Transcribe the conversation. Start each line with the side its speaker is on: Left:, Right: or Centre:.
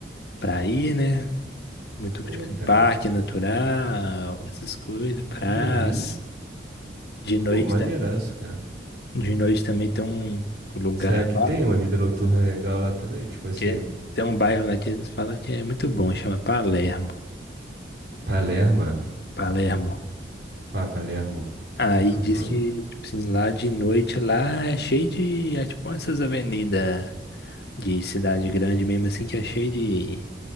Left: pra ir, né? Muito
Right: Pô,
Left: tipo de
Right: cara.
Left: parque natural, essas coisas, praça.
Right: Uhum.
Left: De noite,
Right: Pô, maneiraço,
Left: tam-
Right: cara.
Left: de noite também tem um lugar
Right: Será que
Left: lá,
Right: tem uma vida noturna legal lá também? Tipo assim,
Left: que tem um bairro lá que eles falam que é muito bom, chama Palermo.
Right: Palermo.
Left: Palermo.
Right: Pá, Palermo.
Left: Aí
Right: Aham.
Left: diz que, tipo assim, lá de noite lá é cheio de, é tipo essas avenidas de cidade grande mesmo, assim, que é cheio de,